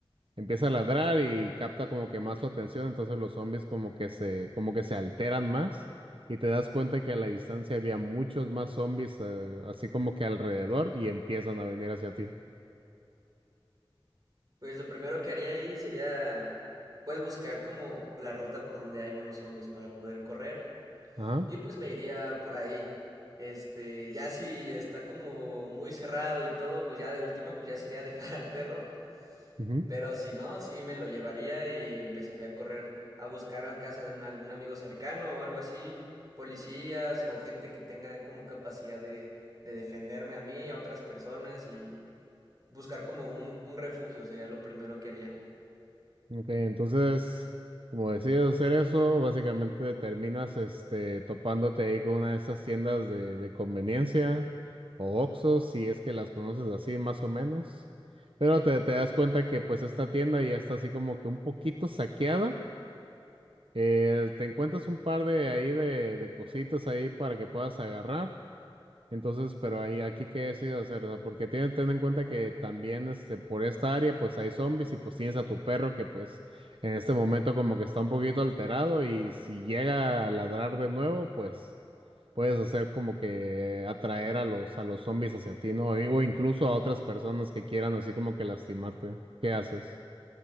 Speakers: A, on the right; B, on the right.
A: Empieza a ladrar y capta como que más su atención, entonces los zombies como que se, como que se alteran más y te das cuenta que a la distancia había muchos más zombies eh, así como que alrededor y empiezan a venir hacia ti.
B: Pues lo primero que haría ahí sería pues buscar como la ruta por donde hay menos zombies para poder correr.
A: Ajá.
B: Y pues me iría por ahí. Este, ya si está como muy cerrado y todo, pues ya de última, pues ya sería <laughs> dejar al perro.
A: ujú.
B: Pero si no, sí me lo llevaría y empezaría a correr a buscar al casa de un, algún amigo cercano o algo así, policías o gente que tenga como capacidad de, de defenderme a mí, a otras personas y buscar como un, un refugio sería lo primero que haría.
A: Ok, entonces, como decides hacer eso, básicamente terminas este topándote ahí con una de esas tiendas de, de conveniencia o oxxos si es que las conoces así más o menos. Pero
B: Sí.
A: te, te das cuenta que pues esta tienda ya está así como que un poquito saqueada. Eh, te encuentras un par de ahí de, de cositas ahí para que puedas agarrar. Entonces, pero ahí aquí qué decides hacer, o sea, porque tienes ten en cuenta que también este por esta área pues hay zombies y pues tienes a tu perro que pues en este momento como que está un poquito alterado y si llega a ladrar de nuevo, pues puedes hacer como que atraer a los a los zombies hacia ti, ¿no? Y- O incluso a otras personas que quieran así como que lastimarte. ¿Qué haces?